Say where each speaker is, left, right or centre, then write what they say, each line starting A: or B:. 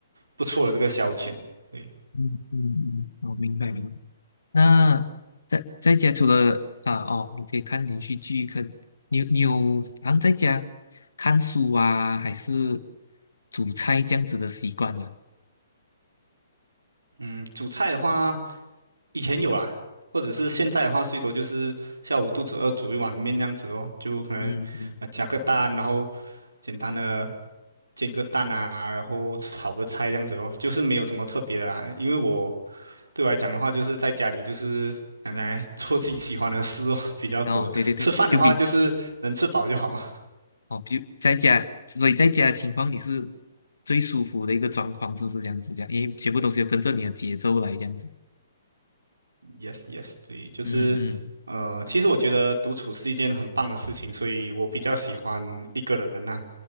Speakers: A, on the right; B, on the left.
A: 不错的这个消遣。对，
B: 嗯嗯嗯，我明白明白。那在在家除了啊哦，你可以看连续剧，看你你有好像在家看书啊，还是煮菜这样子的习惯吗？
A: 嗯，煮菜的话，以前有啦，或者是现在的话，最多就是下午肚子饿煮一碗面这样子哦，就可能呃加个蛋，
B: 嗯嗯，
A: 然后简单的煎个蛋啊，然后炒个菜这样子哦，就是没有什么特别的啦，因为我。对我来讲的话，就是在家里就是讲讲哎 <laughs> 做自己喜欢的事哦比较多。
B: 哦，对对对，
A: 吃饭的话，
B: 就比
A: 就是能吃饱就好了。
B: 哦，比在家，所以在家的情况你是最舒服的一个状况，是不是这样子？这样，因为全部东西都跟着你的节奏来这样子。
A: Yes, yes，对，就是呃，
B: 嗯嗯。
A: 其实我觉得独处是一件很棒的事情，所以我比较喜欢一个人呐、